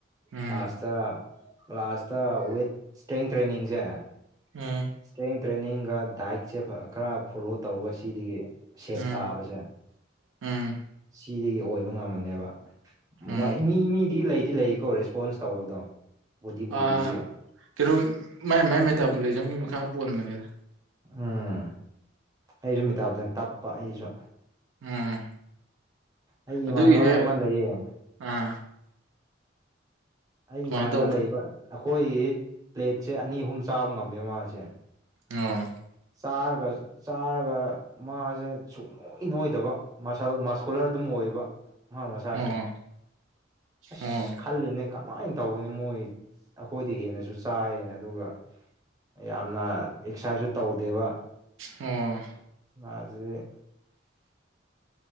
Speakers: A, on the right; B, on the right.
A: ꯎꯝ
B: ꯀ꯭ꯂꯥꯁꯇ ꯀ꯭ꯂꯥꯁꯇ ꯋꯦꯠ ꯏꯁꯇ꯭ꯔꯦꯡ ꯇ꯭ꯔꯦꯟꯅꯤꯡꯁꯦ
A: ꯎꯝ
B: ꯏꯁꯇ꯭ꯔꯦꯡ ꯇ꯭ꯔꯦꯅꯤꯡꯒ ꯗꯥꯏꯠꯁꯦ ꯐꯥ ꯈꯔ ꯐꯣꯂꯣ ꯇꯧꯔꯒ ꯁꯤꯗꯤ ꯁꯦꯞ
A: ꯎꯝ
B: ꯇꯥꯕꯖꯦ
A: ꯎꯝ
B: ꯁꯤꯗꯒꯤ ꯑꯣꯏꯕ ꯉꯝꯃꯅꯦꯕ
A: ꯎꯝ
B: ꯃꯥꯏ ꯃꯤ ꯃꯤꯗꯤ ꯂꯩꯗꯤ ꯂꯩꯑꯦꯀꯣ ꯔꯦꯁꯄꯣꯟꯁ ꯇꯧꯕꯗꯣ ꯕꯣꯗꯤ ꯕꯣꯗꯤꯗꯒꯤ
A: ꯑꯥ ꯀꯦꯔꯨꯝ ꯃꯥꯏ ꯃꯥꯏ ꯃꯦꯇꯥꯄꯣꯂꯤꯖꯝꯒꯤ ꯃꯈꯥ ꯄꯣꯟꯕꯅꯦꯗ
B: ꯎꯝ ꯑꯩꯖꯨ ꯃꯦꯇꯥꯕꯣꯖꯝ ꯇꯞꯄ ꯑꯩꯒꯤꯖꯨ
A: ꯎꯝ
B: ꯑꯩ ꯏꯃꯥꯟꯅꯕ
A: ꯑꯗꯨꯒꯤꯗ
B: ꯑꯃ ꯂꯩꯌꯦ
A: ꯑꯥ
B: ꯑꯩ
A: ꯀꯃꯥꯏꯅ
B: ꯏꯃꯥꯟꯅꯕ
A: ꯇꯧꯕ
B: ꯂꯩꯌꯦꯕ ꯑꯩꯈꯣꯏꯒꯤ ꯄ꯭ꯂꯦꯠꯁꯦ ꯑꯅꯤ ꯑꯍꯨꯝ ꯆꯥꯕ ꯉꯝꯃꯦꯕ ꯃꯥꯁꯦ
A: ꯑꯣ
B: ꯆꯥꯔꯒ ꯆꯥꯔꯒ ꯃꯥꯖꯦ ꯁꯨꯡꯅꯣꯏ ꯅꯣꯏꯗꯕ ꯃꯥꯁꯜ ꯃꯁꯀꯨꯂꯔ ꯑꯗꯨꯝ ꯑꯣꯏꯕ ꯃꯍꯥꯛ ꯃꯁꯥꯖꯦ
A: ꯑꯣ
B: ꯑꯁ
A: ꯑꯣ
B: ꯈꯜꯂꯤꯅꯦ ꯀꯃꯥꯏꯟ ꯇꯧꯕꯅꯣ ꯃꯣꯏ ꯑꯩꯈꯣꯏꯗꯩ ꯍꯦꯟꯅꯖꯨ ꯆꯥꯏꯌꯦ ꯑꯗꯨꯒ ꯌꯥꯝꯅ ꯑꯦꯛꯁꯥꯏꯖꯨ ꯇꯧꯗꯦꯕ
A: ꯑꯣ
B: ꯃꯥꯖꯨꯅꯤ